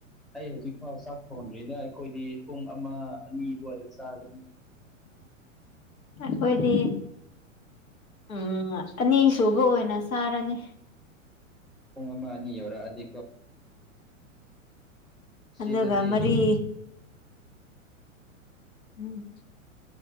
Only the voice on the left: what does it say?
ꯑꯣꯏꯣꯏꯗꯤ ꯎꯝ ꯑꯅꯤꯁꯨꯕ ꯑꯣꯏꯅ ꯆꯥꯔꯅꯤ
ꯎꯝ ꯑꯒ ꯃꯔꯤ ꯎꯝ